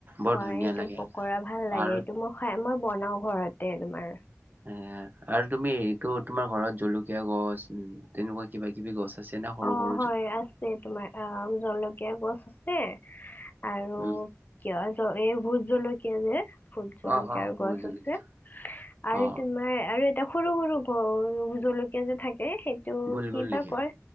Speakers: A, on the right; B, on the left.
A: বৰ
B: হয়
A: ধুনীয়া
B: এইটো
A: লাগে
B: পকৰা ভাল লাগে
A: আৰু
B: এইটো মই খাই মই বনাও ঘৰতে তোমাৰ।
A: এ', আৰু তুমি এইটো তোমাৰ ঘৰত জলকীয়া গছ উ, তেনেকুৱা কিবা-কিবি গছ আছে না সৰু
B: অ',
A: সৰু
B: হয় আছে তোমাৰ অ, জলকীয়া গছ আছে, আৰু
A: উম
B: কিয় এই ভোত জলকীয়া যে ভূত-জলকীয়
A: অ অ বহুত
B: গছ
A: জলকীয়া
B: আছে আৰু
A: অ
B: তোমাৰ আৰু এটা সৰু-সৰু গুল জলকীয়া যে থাকে সেইটো
A: গোল
B: কি
A: গোল
B: বা
A: নেকি?
B: কয়?